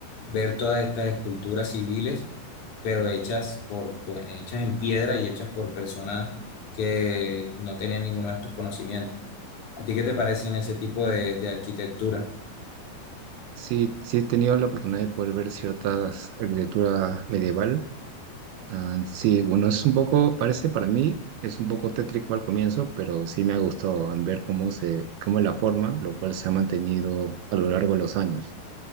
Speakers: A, on the left; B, on the right.
A: ver todas estas esculturas civiles, pero hechas por, pues, hechas en piedra y hechas por personas que no tenían ninguno de estos conocimientos. ¿A ti qué te parecen ese tipo de, de arquitectura?
B: Sí, sí he tenido la oportunidad de poder ver ciertas arquitectura medieval. Ah, sí, bueno, es un poco, parece para mí, es un poco tétrico al comienzo, pero sí me ha gustado en ver cómo se, cómo es la forma, lo cual se ha mantenido a lo largo de los años.